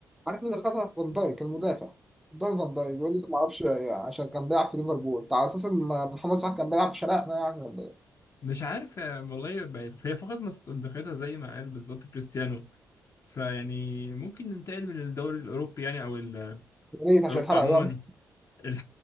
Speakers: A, in the centre; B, on the left.
A: عارف مين اللي خدها فان دايك المدافع دول فان دايك يقول لك ما اعرفش عشان كان بيلعب في ليفربول انت على اساس ان محمد صلاح كان بيلعب في شارعنا يعني ولا ايه
B: مش عارف آه، والله بقت هي فقدت مصداقيتها زي ما قال بالظبط كريستيانو فيعني ممكن ننتقل من الدوري الاوروبي يعني او ال-
A: يا ريت
B: اوروبا
A: عشان اتحرق
B: عموما
A: دم
B: ال-